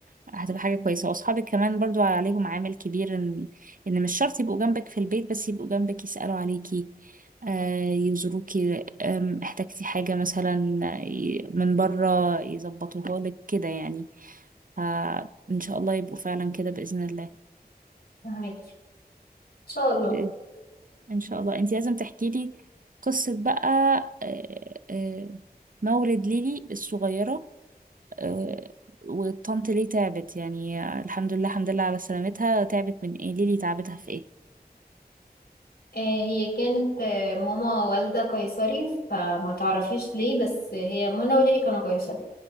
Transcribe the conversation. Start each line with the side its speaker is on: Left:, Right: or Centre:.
Right: هتبقى حاجه كويسه واصحابك كمان برضو عليهم عامل كبير ان ان مش شرط يبقوا جنبك في البيت بس يبقوا جنبك يسالوا عليكي آه، يزوروكي آم، احتاجتي حاجه مثلا آه، ي- من بره يظبطوها لك كده يعني فإن شاء الله يبقوا فعلا كده بإذن الله
Left: فهمك ان شاء الله
Right: بإذن- إن شاء الله أنت لازم تحكي لي قصة بقى آه، آه، مولد ليلي الصغيرة آه، والطنط ليه تعبت يعني الحمد لله الحمد لله على سلامتها تعبت من إيه ليلي تعبتها في إيه
Left: آه، هي كانت آه، ماما والده قيصري فما تعرفيش ليه بس هي منى وليلي كانوا قيصري